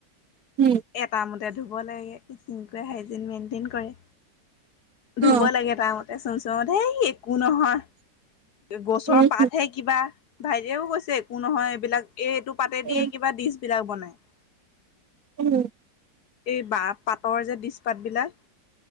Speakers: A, on the right; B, on the left.
A: উম।
B: এটামতে ধুব লাগে <unintelligible> হাইজিন মেনটেইন কৰে। ধুব
A: অ
B: লাগে তাৰ মতে চোন-চোন হেই একো নহয় গছৰ
A: উম
B: পাতহে। কিবা ভাইটিয়েও কৈছে একো নহয় এইবিলাক এই এইটো পাতে
A: উম
B: দিয়ে কিবা ডিচ বিলাক বনাই। <inaudible>
A: <unintelligible>
B: এই বা পাতৰ যে দিছপাত বিলাক।